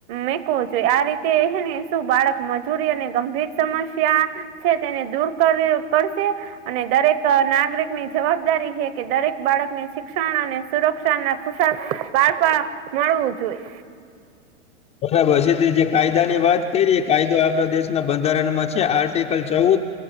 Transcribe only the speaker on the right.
મેકવો જોઈએ આ રીતે હેને શું બાળક મજૂરી અને ગંભીર સમસ્યા છે તેને દૂર કર કરશે. અને દરેક નાગરિક ની જવાબદારી છે કે દરેક બાળકને શિક્ષણ અને. તો રક્ષણના ખુશા બાળપણ મળવું જોઈ.